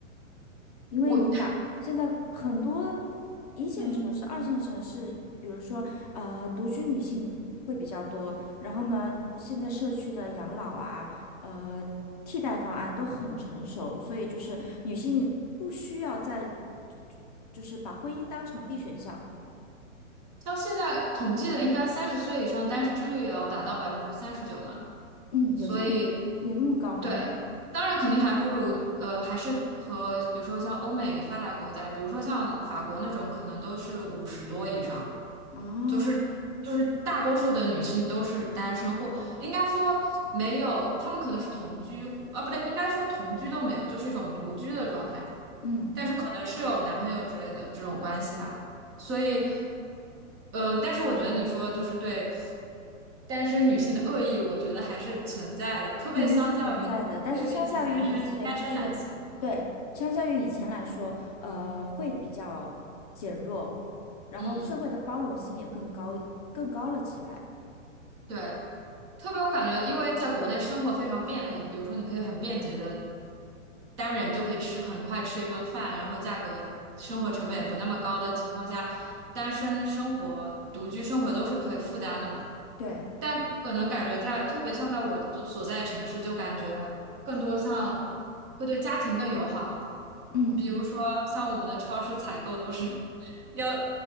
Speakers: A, on the left (about 30°); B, on the right (about 20°).
A: 因为你想，
B: 我 <laughs>
A: 现在很多一线城市、
B: 嗯，
A: 二线城市，比如说呃，独居女性会比较多。然后呢，现在社区的养老啊，呃，替代方案都很成熟，所以就是女性不需要再就是把婚姻当成 B 选项。
B: 像现在统计的，应该三十岁以上单身率也要达到百分之三十九呢，
A: 嗯，
B: 所以。
A: 有这么有那么高呢？
B: 对，当然肯定还不如呃，还是和比如说像欧美发达国家，比如说像法国那种，可能都是五十多以上，
A: 哦，
B: 就是就是大多数的女性都是单身，或应该说没有，她们可能是同居，啊不对，应该说同居都没有，就是一种独居的状态，
A: 嗯。
B: 但是可能是有男朋友之类的这种关系吧，所以呃，但是我觉得你说就是对。单身女性的恶意，我觉得还是存在的，特别相较于对比起男生单身男性吧，
A: 肯定是存在的，但是相较于以前，就是对，相较于以前来说，呃，会比较减弱，然后社会的包容性也更高，
B: 嗯，
A: 更高了起来。
B: 对，特别我感觉，因为在国内生活非常便利，比如说你可以很便捷的单人就可以吃很快吃一顿饭，然后价格生活成本也不那么高的情况下，单身生活、独居生活都是可以负担的嘛。
A: 对，
B: 但可能感觉在，特别像在我就所在城市，就感觉更多像会对家庭更友好。
A: 嗯，
B: 比如说，像我们的超市采购都是 <laughs> 要